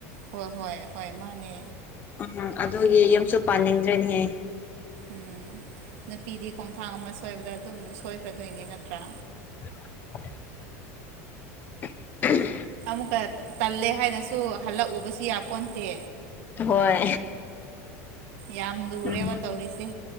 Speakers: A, on the right (about 65°); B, on the left (about 25°).
A: ꯍꯣꯏ ꯍꯣꯏ ꯍꯣꯏ ꯃꯥꯅꯦ
B: ꯎꯝ ꯑꯗꯨꯒꯤ ꯌꯨꯝꯁꯨ ꯄꯥꯅꯤꯡꯗ꯭ꯔꯦꯅꯦꯍꯦ
A: ꯎꯝ ꯅꯨꯄꯤꯗꯤ ꯈꯣꯡꯊꯥꯡ ꯑꯃ ꯁꯣꯏꯕꯗ ꯑꯗꯨꯝ ꯁꯣꯏꯈ꯭ꯔꯗꯣꯏꯅꯦ ꯅꯠꯇ꯭ꯔꯥ
B: ꯍ <inaudible>
A: ꯑꯃꯨꯛꯀ ꯇꯜꯂꯦ ꯍꯥꯏꯅꯁꯨ ꯍꯜꯂꯛꯎꯕꯁꯨ ꯌꯥ ꯄꯣꯟꯇꯦ
B: ꯍꯣꯏ
A: ꯌꯥꯝ ꯂꯨꯔꯦꯕ
B: ꯎꯝ
A: ꯇꯧꯔꯤꯁꯦ